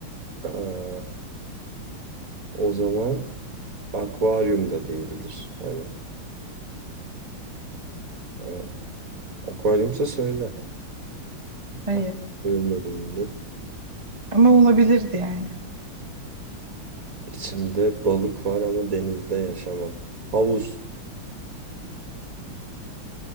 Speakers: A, on the right (about 40°); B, on the right (about 15°).
A: Aa, o zaman akvaryum da değildir. Hani aa, akvaryumsa söyle.
B: hayır.
A: Akvaryum da değildir.
B: Ama olabilirdi yani.
A: İçimde balık var ama denizde yaşamam. Havuz